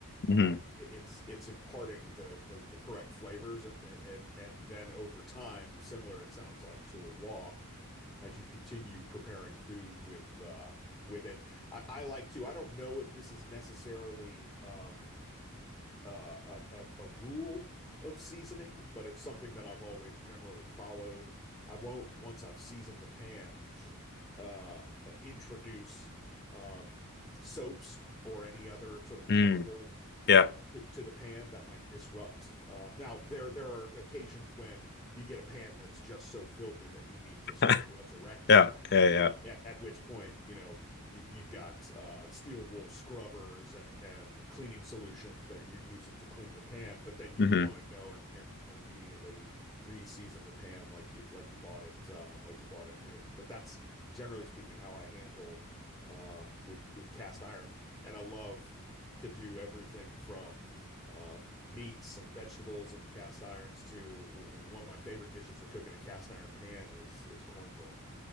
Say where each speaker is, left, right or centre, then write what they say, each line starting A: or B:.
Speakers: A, on the left; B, on the left.
A: hmm
B: um, it's it's imparting the the the correct flavors. and and then Over time, similar, it sounds like, to a wok as you continue preparing food with uh, with it. I I like to, I don't know if this is necessarily Um, uh, a, a, a rule of seasoning, but it's something that I've always generally followed. I won't, once I've seasoned a pan, uh, introduce um, soaps or any other sort of
A: Mm.
B: chemical
A: Yeah.
B: um, to to the pan that might disrupt. Um, Now, there there are occasions when you get a pan that's just so filthy that you need to
A: <laughs>
B: sort of resurrect
A: Yeah.
B: it,
A: Yeah. Yeah.
B: um, at at which point, you know, you, you've got uh, steel wool scrubbers and and cleaning solutions that you're using to clean the pan, but then you'd
A: hmm
B: want to go and and and immediately re-season the pan like like you like you bought it uh, like you bought it new. But that's generally speaking, how I handle um, with with cast iron. and I love to do everything from uh, meats and vegetables in cast irons to one of my favorite dishes to cook in a cast iron pan is is cornbread.